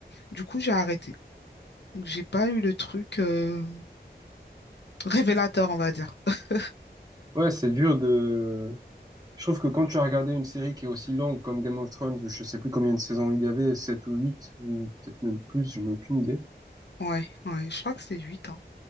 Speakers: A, on the left; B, on the right.
A: Du coup, j'ai arrêté. Donc, j'ai pas eu le truc euh, révélateur, on va dire. <laughs>
B: Ouais, c'est dur de... Je trouve que quand tu as regardé une série qui est aussi longue comme Game of Thrones, où je sais plus combien de saisons il y avait, 7 ou 8 ou peut-être même plus, je n'ai aucune idée.
A: Ouais, ouais, je crois que c'est 8 hein.